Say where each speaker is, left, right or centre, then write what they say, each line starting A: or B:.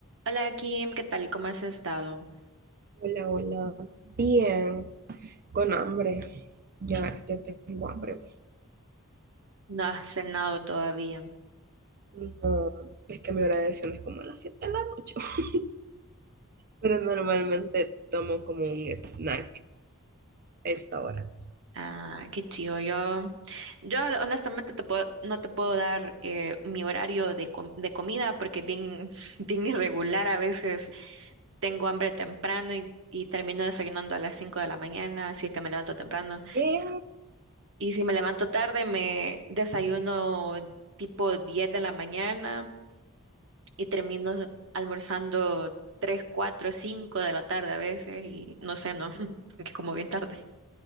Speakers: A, on the right; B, on the right.
A: Hola Kim, ¿qué tal? ¿Cómo has estado?
B: Hola, hola. Bien, con hambre. Ya, ya tengo hambre.
A: No has cenado todavía.
B: No, es que mi hora de cena es como a las 7 de la noche. <laughs> Pero normalmente tomo como un snack a esta hora.
A: Ah, qué chido. Yo, yo honestamente te puedo- no te puedo dar eh, mi horario de, com- de comida porque es bien, <laughs> bien irregular. A veces tengo hambre temprano y, y termino desayunando a las 5 de la mañana, si es que me levanto temprano.
B: ¿Qué?
A: Y si me levanto tarde, me desayuno tipo 10 de la mañana y termino almorzando 3 4 5 de la tarde a veces y no sé, no, <laughs> que como bien tarde.